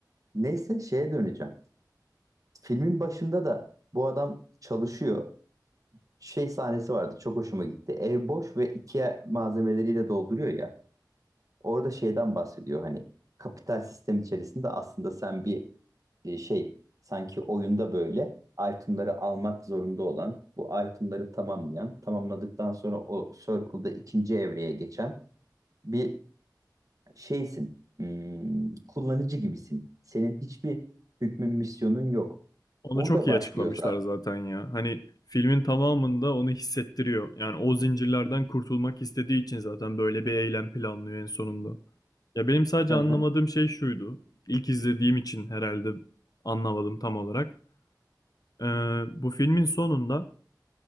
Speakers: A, on the right; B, on the left.
A: Neyse şeye döneceğim. Filmin başında da bu adam çalışıyor şey sahnesi vardı. Çok hoşuma gitti. Ev boş ve IKEA malzemeleriyle dolduruyor ya. Orada şeyden bahsediyor hani kapital sistem içerisinde aslında sen bir e, şey sanki oyunda böyle itemları almak zorunda olan, bu itemları tamamlayan, tamamladıktan sonra o circle'da ikinci evreye geçen bir şeysin. Hmm, kullanıcı gibisin. Senin hiçbir hükmün, misyonun yok.
B: Onu
A: Burada
B: çok iyi
A: başlıyor
B: açıklamışlar
A: zaten.
B: zaten ya. Hani filmin tamamında onu hissettiriyor. Yani o zincirlerden kurtulmak istediği için zaten böyle bir eylem planlıyor en sonunda. Ya benim sadece
A: <laughs>
B: anlamadığım şey şuydu. İlk izlediğim için herhalde anlamadım tam olarak. Ee, bu filmin sonunda